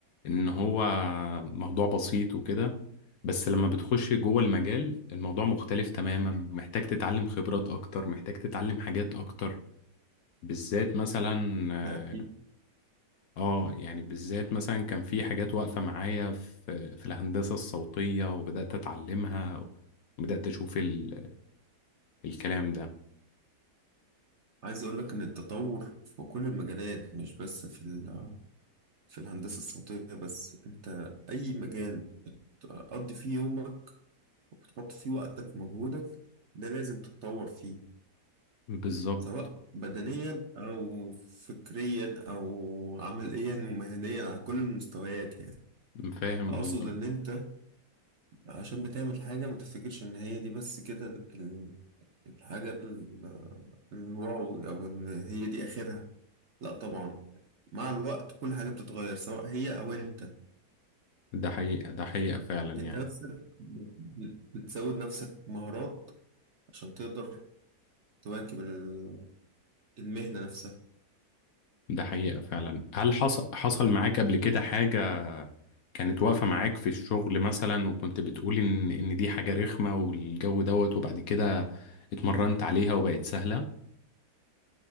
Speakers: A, on the left; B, on the right.
A: ان هو موضوع بسيط وكده بس لما بتخش جوه المجال الموضوع مختلف تماما محتاج تتعلم خبرات اكتر محتاج تتعلم حاجات اكتر بالذات مثلا
B: ده اكيد
A: اه آه، يعني بالذات مثلا كان في حاجات واقفة معايا في في الهندسة الصوتية وبدأت اتعلمها وبدأت اشوف ال- الكلام ده
B: عايز اقول لك ان التطور في كل المجالات مش بس في ال- في الهندسه الصوتيه بس انت اي مجال تقضي فيه يومك تحط فيه وقتك ومجهودك ده لازم تتطور فيه
A: بالظبط
B: سواء بدنيا او فكريا او عمليا ومهنيا على كل المستويات يعني
A: فاهم
B: اقصد
A: قصدك
B: ان انت عشان بتعمل حاجة ما تفتكرش إن هي دي بس كده ال- الحاجة ال- الواو أو إن هي دي آخرها لا طبعا مع الوقت كل حاجة بتتغير سواء هي أو أنت
A: ده حقيقة ده حقيقة فعلا
B: أنت
A: يعني
B: نفسك بت- بتزود نفسك مهارات عشان تقدر تواكب ال- المهنة نفسها
A: ده حقيقة فعلا هل حصل حصل معاك قبل كده حاجة كانت واقفة معاك في الشغل مثلا وكنت بتقول إن إن دي حاجة رخمة والجو دوت وبعد كده اتمرنت عليها وبقت سهلة